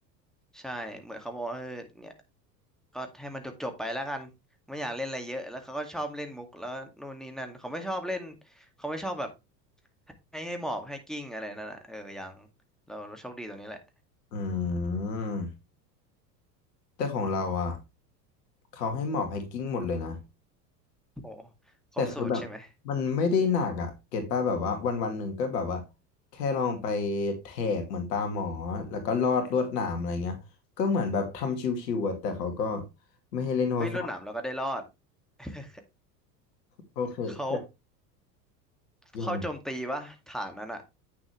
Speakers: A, in the centre; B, on the left.
A: ใช่เหมือนเขาบอกว่าเออเนี่ยก็ให้มันจบจบไปแล้วกันไม่อยากเล่นอะไรเยอะแล้วเขาก็ชอบเล่นมุกแล้วนู่นนี่นั่นเขาไม่ชอบเล่นเขาไม่ชอบแบบให้ให้หมอบให้กิ้งอะไรนั่นอ่ะเออยังเราเราโชคดีตรงนี้แหละ
B: อืมแต่ของเราอะเขาให้หมอบไฮกิ้งหมดเลยนะ
A: โอ้ครบสูตรใช่ไหม
B: แต่คือแบบมันไม่ได้หนักอ่ะเก็ตป่ะแบบว่าวันวันหนึ่งก็แบบว่าแค่ลองไปแทกเหมือนปลาหมอแล้วก็ลอดลวดหนามอะไรเงี้ยก็เหมือนแบบทำชิวๆอะแต่เขาก็ไม่ให้เล่นโทรศัพท์
A: เฮ้ยรวนหนามเราก็ได้รอด <laughs>
B: โอเคแบบ
A: เขา
B: อย่าง
A: เข้าโจมตีปะฐานนั้นอ่ะ